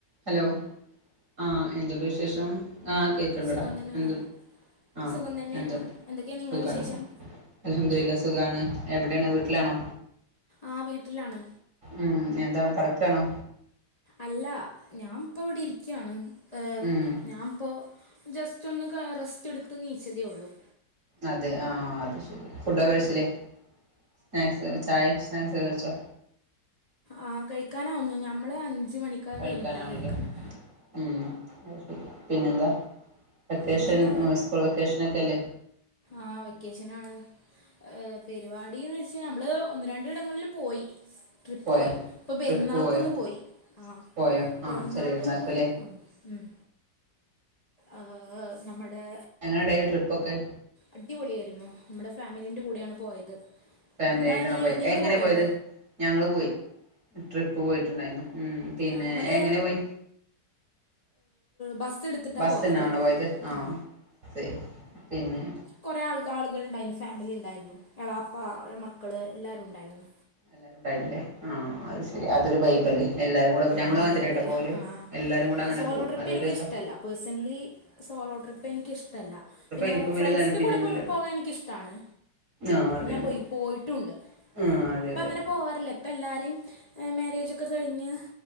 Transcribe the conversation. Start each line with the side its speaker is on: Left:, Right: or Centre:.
Right: Hello ആ എന്തുണ്ട് വിശേഷം ആ കേക്ക്ട്ടാടഎന്തു
Left: സുഖം തന്നെയാണ്
Right: ആഹ്
Left: സുഖം തന്നെയാണ്
Right: എന്ത്
Left: എന്തൊക്കെയാ നിങ്ങളെ
Right: സുഖണോ
Left: വിശേഷം
Right: അൽഹംദുലില്ലാ സുഖാണ് എവിടേണ് വീട്ടിലാണോ
Left: ആഹ് വീട്ടിലാണ്
Right: ഉം എന്താണ് കടക്കാണോ
Left: അല്ല ഞാൻപ്പൊ ഇവിടിരിക്കാണ് ഏ
Right: ഉം
Left: ഞാൻപ്പൊ ജസ്റ്റ് ഒന്ന് കാ റെസ്റ്റ് എടുത്ത് നീച്ചതേ ഒള്ളൂ-
Right: അതെ ആഹ് അത് ശരി ഫൂഡോക്കെ കഴിച്ചിലേ സ്നാക്സ് ചായ സ്നാക്സ് കഴിച്ചോ
Left: ആഹ് കഴിക്കാനാവുന്നു ഞമ്മള് അഞ്ച് മണിക്ക്
Right: കഴിക്കാനാവണല്ലേ
Left: കഴിഞ്ഞിട്ടാ കഴിക്കാറ്-
Right: ഉം അയ് ശരി പിന്നെന്താ- വെക്കേഷൻ
Left: പിന്നെന്താ
Right: സ്കൂൾ വെക്കേഷ്നക്കല്ലേ-
Left: ആഹ് വെക്കേഷനാണ്- എഹഹ പെരുവാടീന്ന് വെച്ചാ നമ്മള് ഒന്ന് രണ്ടിടങ്ങളില് പോയി- ട്രിപ്പോയി
Right: പോയോ
Left: ഇപ്പോ പെരുന്നാൾക്കൊന്ന്
Right: ട്രിപ്പ് പോയോ
Left: പോയി ആഹ്
Right: പോയോ ആഹ്
Left: പെരുന്നാൾക്കൊന്ന്
Right: ചെറിയ പെരുന്നാൾക്കല്ലേ
Left: പോയി വന്നു- മമം ആഹ് ഹ് നമ്മടെ
Right: എങ്ങനണ്ടേനു ട്രിപ്പൊക്കെ-
Left: അടിപൊളിയരുന്നു നമ്മടെ ഫാമിലിന്റെ കൂടെയാണ് പോയത്-
Right: ഫാമിലായിട്ടാണ്
Left: നിങ്ങളെങ്ങനെ
Right: പോയ
Left: നിങ്ങൾ
Right: എങ്ങനെ
Left: പോയോ
Right: പോയത് ഞങ്ങള് പോയി ട്രിപ്പ് പോയിട്ട്ണ്ടായിരുന്നു ഉം പിന്നേ
Left: നമ്മൾ
Right: എങ്ങനെ പോയി
Left: ബസ് എടുത്തിട്ടാണ്
Right: ബസിനാണോ പോയത് ആഹ്
Left: ആ
Right: <unintelligible> പിന്നെ
Left: കൊറേ ആൾ ആൾകൾണ്ടായിരുന്നു ഫാമിലി ഇണ്ടായിരുന്നു എളാപ്പ ലെ മക്കൾ എല്ലാരും ഇണ്ടായിരുന്നു
Right: എല്ലാരുംണ്ടായിരുന്നല്ലേ ആഹ് അത് ശരി അതൊരു വൈബല്ലേ എല്ലാരും കൂടെ <unintelligible>
Left: ആ
Right: ഞങ്ങളും അങ്ങനത്തന്നേട്ടോ
Left: അതെ അതെ
Right: പോവല്
Left: ആ
Right: എല്ലാരും കൂടെ അങ്ങനെ
Left: സോളോ
Right: പോവും
Left: ട്രിപ്പ്
Right: അതൊര്
Left: എനിക്കിഷ്ടമല്ല
Right: രസ
Left: പേഴ്സണലി സോളോ ട്രിപ്പ് എനിക്കിഷ്ട്ടല്ല പിന്നെ
Right: എനിക്കും വലിയ
Left: ഫ്രണ്ട്സിൻ്റെ
Right: താല്പര്യൊന്നുല്ല
Left: കൂടെ പ്പൊ പോകാൻ എനിക്കിഷ്ട്ടാണ്
Right: ആഹ് അതെ
Left: ഞാൻ
Right: അതെ
Left: പോയി പോയിട്ടുണ്ട്
Right: ആഹ്
Left: ഇപ്പ
Right: അതെ അതെ
Left: അങ്ങനെ പോവാറില്ല പ്പല്ലാരിം ഏ മാരേജൊക്കെ കഴിഞ്ഞ്